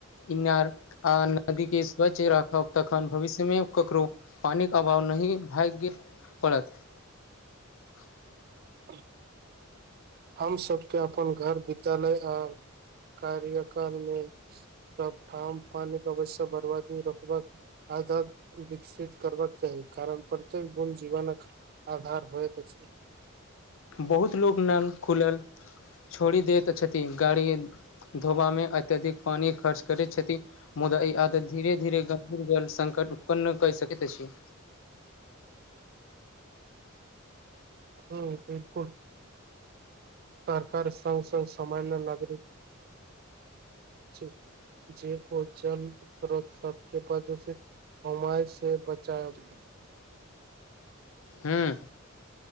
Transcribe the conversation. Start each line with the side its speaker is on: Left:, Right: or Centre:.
Left: इनार आ नदी केँ स्वच्छ राखब तखन भविष्य में ककरो पानी कऽ अभाव नै भाग्य पड़त <unintelligible>
Right: <inaudible> हम सब कऽ अपन घर विद्यालय आ कार्यकाल में सब ठाम पानी कऽ आवश्यक बरबादी रोकबा कऽ- आधार विकसित करबाक चाही कारण प्रत्येक बुद जीवन कऽ आधार होइत छै
Left: बहुत लोको नल खुल्ल छोड़ि देैत छथिन गाड़ी धोबा में अत्यधिक पानी खर्च करैत छथि मुदा ई आदत धीरे धीरे गम्भीर जल संकट उत्पन्न कै सकैत अछि,
Right: हु बिल्कुल सरकार संग संग सामान्य नागरिक <unintelligible> जी ओ जल स्रोत सब केँ <unintelligible> हमाय से बचाइव
Left: हूँ।